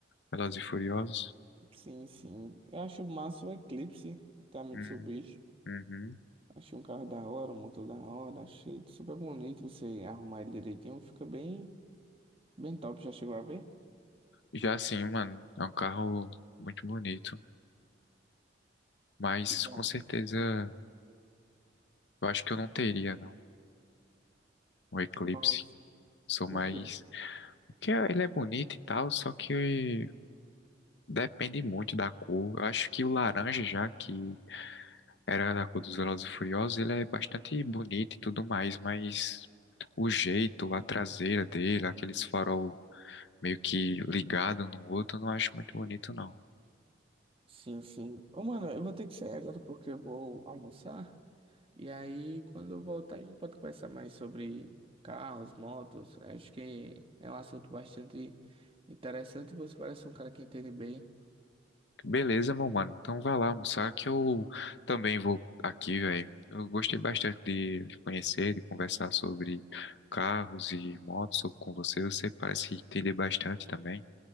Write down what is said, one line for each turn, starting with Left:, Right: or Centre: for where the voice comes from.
Left: Velozes e Furiosos.
Right: Sim, sim. Eu acho massa o Eclipse da Mitsubishi.
Left: Hum, uhum.
Right: Achei um carro da hora, um motor da hora, achei ele super bonito. Você arrumar ele direitinho, fica bem, bem top. Já chegou a ver?
Left: Já assim, mano, é um carro muito bonito. Mas
Right: Que da...
Left: com
Right: hora.
Left: certeza, eu acho que eu não teria, não. O Eclipse.
Right: Nossa,
Left: Sou
Right: por
Left: mais.
Right: quê?
Left: Porque ele é bonito e tal, só que depende muito da cor. Eu acho que o laranja, já que Era da cor dos Velozes e Furiosos, ele é bastante bonito e tudo mais, mas o jeito, a traseira dele, aqueles farol meio que ligado um no outro, eu não acho muito bonito, não.
Right: Sim, sim. Ô, mano, eu vou ter que sair agora porque eu vou almoçar. E aí, quando eu voltar, a gente pode conversar mais sobre carros, motos. Acho que é um assunto bastante interessante. E Você parece um cara que entende bem.
Left: Beleza, meu mano. Então vai lá almoçar que eu também vou aqui, velho. Eu gostei bastante de lhe conhecer, de conversar sobre carros e motos sobre- com você. Você parece entender bastante também.